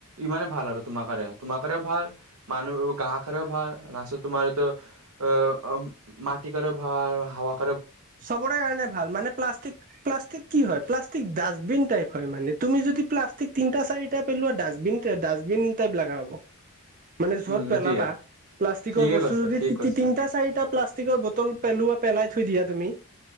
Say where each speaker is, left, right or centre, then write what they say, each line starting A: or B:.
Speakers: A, on the right; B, on the right.
A: ইমানে ভাল আৰু তোমাৰ কাৰে তোমাৰ কাৰেও ভাল মানুহ গাঁ কাৰেও ভাল না তোমাৰ এইটো আহ মাটিকও ভাল হাৱা
B: চ'বৰে কাৰণে ভাল মানে প্লাষ্টিক প্লাষ্টিক কি হয় প্লাষ্টিক দাচ বিন টাইপ হয় মানে তুমি যদি প্লাষ্টিক তিনিটা চাৰিটা পেলোৱা ডাষ্টবিন ডাষ্টবিন টাইপ লগা হ'ব। মানে যত
A: উম
B: পেলাবা
A: এইটোয়ে
B: প্লাষ্টিকৰ
A: ঠিকে
B: বস্তু
A: কৈছা
B: যদি
A: ঠিক কৈছা
B: তিনটা চাৰিটা প্লাষ্টিকৰ বটল পেলোৱা পেলাই। থৈ দিয়া তুমি।